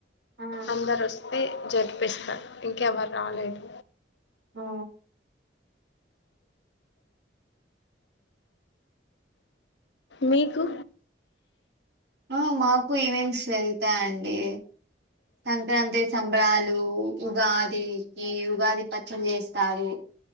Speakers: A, on the right (about 65°); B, on the left (about 75°).
A: ఆ
B: అందరు అస్ స్తె జరిపిస్తారు ఇంకెవరు రాలేదు
A: ఆ
B: మీకు
A: ఆ మాకు ఈవెంట్స్ జరుగుతాయండి సంక్రాంతి సంబరాలు ఉగాదికి ఉగాది పచ్చడి చేస్తారు